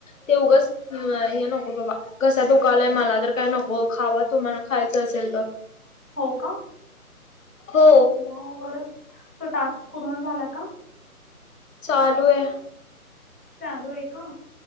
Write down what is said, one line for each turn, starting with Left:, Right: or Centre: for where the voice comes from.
Left: ते उगच हे नको बाबा कसा दुखलाय मला तर काय नको खावा तुमला खायचं असेल तर
Centre: हो का
Left: हो
Centre: बर तो टास्क पूर्ण झाला का
Left: चालू आहे
Centre: चालू आहे का